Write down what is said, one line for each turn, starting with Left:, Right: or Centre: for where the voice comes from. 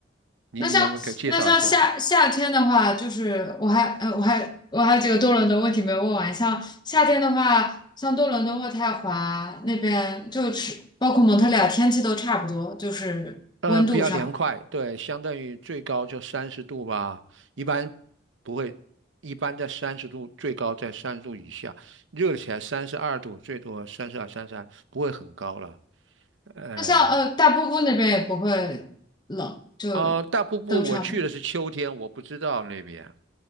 Right: 你有没有给介绍一下？
Left: 那像那像夏夏天的话，就是我还呃我还我还有几个多伦多问题没有问完。像夏天的话，像多伦多、渥太华那边，就是包括蒙特利尔，天气都差不多，就是温度上。
Right: 呃，比较凉快，对，相当于最高就三十度吧，一般不会，一般在三十度，最高在三十度以下，热起来三十二度，最多三十二、三十三，不会很高了。哎，
Left: 那像呃大瀑布那边也不会冷，就都差不多。
Right: 呃，大瀑布我去的是秋天，我不知道那边。